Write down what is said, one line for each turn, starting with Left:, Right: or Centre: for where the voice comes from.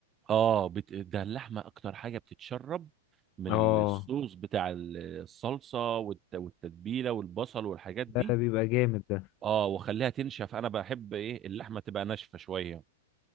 Right: اه بت... ده اللحمه اكتر حاجه بتتشرب من
Left: اه
Right: الصوص بتاع ال- الصلصه والت... والتتبيله والبصل والحاجات دي
Left: ده بيبقى جامد ده
Right: اه واخليها تنشف انا بحب ايه اللحمه تبقى ناشفه شويه